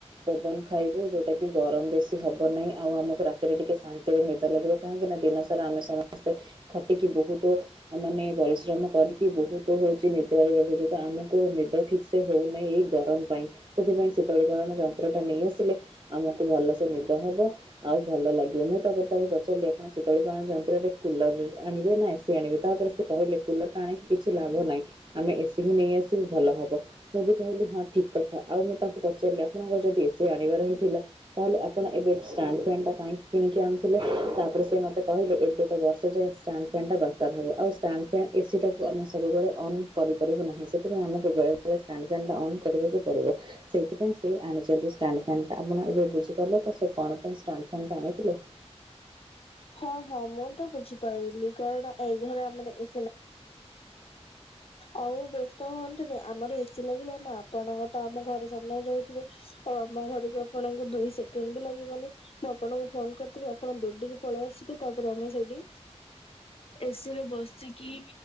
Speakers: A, on the right; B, on the left.
A: ପବନ ଖାଇବୁ ଯୋଉଟା କିି ଗରମ ବେଶୀ ହବ ନାହିଁ ଆଉ ଆମକୁ ରାତିରେ ଟିକେ ଶାନ୍ତିରେ ନିଦ ଲାଗିବ କାହିଁକି ନା ଦିନସା ରା ଆମେ ସମସ୍ତେ ଖଟିକି ବହୁତ ମାନେ ପରିଶ୍ରମ କରିକି ବହୁତ ହଉଛି ନିଦ୍ରାରେ ରହୁଛି ତ ଆମକୁ ନିଦ ଠିକ ସେ ହଉନାହିଁ ଏଇ ଗରମ ପାଇଁ ସେଥିପାଇଁ ଶୀତଳୀକରଣ ଯନ୍ତ୍ର ଟା ନେଇ ଆସିଲେ ଆମକୁ ଭଲସେ ନିଦ ହବ ଆଉ ଭଲ ଲାଗିବ ମୁଁ ତାପରେ ତାକୁ ପଚାରିଲି ଆପଣ ଶୀତଳିକରଣ ଯନ୍ତ୍ରରେ କୁଲର ଆଣିବେ ନା ଏସିି ଆଣିବେ ତାପରେ ସେ କହିଲେ କୁଲରଟା ଆଣିକି କିଛି ଲାଭ ନାହିଁ। ଆମେ ଏସି ହିଁ ନେଇ ଆସିବୁ ଭଲ ହବ। ମୁଁ ବି କହିଲି ହଁ ଠିକ କଥା ଆଉ ମୁଁ ତାଙ୍କୁ ପଚାରିଲି ଆପଣଙ୍କର ଯଦି ଏସି ଆଣିବାର ହିଁ ଥିଲା ତାହେଲେ ଆପଣ ଏବେ ଷ୍ଟାଣ୍ଡ ଫ୍ୟାନଟା କାହିଁକି କିଣିକି ଆଣୁଥିଲେ ତାପରେ ସେ ମତେ ମୋତେ କହିଲେ ଏବେ ତ ବର୍ଷେ ଯାଏ ଷ୍ଟାଣ୍ଡ ଫ୍ୟାନ୍ ଟା ଦରକାର ହେବ ଆଉ ଷ୍ଟାଣ୍ଡ ଫ୍ୟାନ୍ ଏସିଟାକୁ ଆମେ ସବୁବେଳେ ଅନ୍ କରିପାରିବ ନାହିଁ, ସେଥିପାଇଁ ଆମକୁ ବେଳେ ଷ୍ଟାଣ୍ଡ୍ ଫ୍ୟାନ୍‌ ଟା ଅନ୍ କରିବାକୁ ପଡ଼ିବ। ସେଇଥି ପାଇଁ ସେ ଆଣିଚନ୍ତି ଷ୍ଟାଣ୍ଡ୍ ଫ୍ୟାନ୍‌ ଟା। ଆପଣ ଏବେ ବୁଝିପାରିଲେ ତ, ସେ କ'ଣ ପାଇଁ ଷ୍ଟାଣ୍ଡ୍ ଫ୍ୟାନ୍ ଟା ଆଣିଥିଲେ?
B: ହଁ ହଁ, ମୁଁ ତ ବୁଝିପାରିଲି। କାରଣ ଏଇ ଘରେ ଆମର <inaudible> ଆଉ ବେସ୍ତ ହୁଅନ୍ତୁନି, ଆମର ଏସିି ଲାଗିଲେ ଆପଣ ତ ଆମ ଘରେ ସାମ୍ନାରେ ରହୁଥିବେ। ଆଉ ଆମ ଘରକୁ ଆପଣଙ୍କୁ ଦୁଇ ସେକେଣ୍ଡ୍ ବି ଲାଗିବନି। ମୁଁ ଆପଣଙ୍କୁ ଫୋନ୍ କର୍ ଦେବି ଆପଣ ଦୌଡ଼ିକି ପଳେଇ ଆସିବେ, ତା'ପରେ ଆମେ ସେଇଟି ଏସି ରେ ବସିକି